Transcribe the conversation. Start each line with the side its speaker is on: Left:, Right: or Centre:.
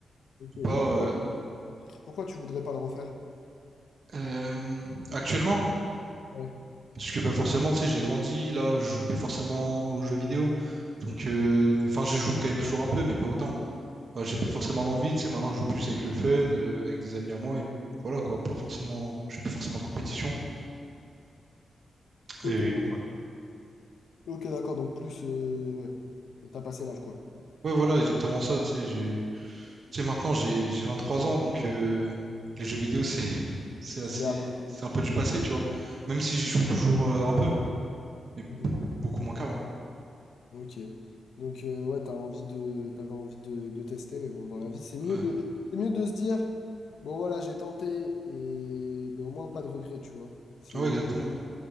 Left: ok.
Right: Pas
Left: Et pourquoi,
Right: euh,
Left: pourquoi tu voudrais pas le refaire?
Right: euh, actuellement.
Left: Ouais.
Right: Parce que bah, forcément, tu sais, j'ai grandi, là, je joue plus forcément aux jeux vidéo. Donc, euh, enfin, je joue quand même toujours un peu, mais pas autant. Bah, j'ai
Left: Mhm.
Right: plus forcément l'envie, tu sais, maintenant, je joue plus avec le fun, euh, avec des amis à moi, et voilà, quoi, pas forcément, je fais plus forcément de compétition.
Left: Ok,
Right: Et donc, voilà.
Left: ok, d'accord. Donc, plus, euh, ouais, t'as passé l'âge, quoi.
Right: Ouais, voilà, exactement ça, tu sais, j'ai, tu sais, maintenant, j'ai, j'ai 23 ans, donc euh, les jeux vidéo, c'est, <laughs> c'est assez,
Left: C'est derrière toi.
Right: c'est un peu du passé, tu vois. Même si j'y joue toujours euh, un peu, mais
Left: Mhm.
Right: beaucoup, beaucoup moins qu'avant.
Left: Ok. Donc, euh, ouais, t'as envie de, t'avais envie de, de tester, mais bon, dans la vie, c'est mieux
Right: Ouais,
Left: de, c'est mieux de se dire, bon, voilà, j'ai tenté, et ben, au moins, pas de regret, tu vois. C'est
Right: Ah ouais, exactement.
Left: genre,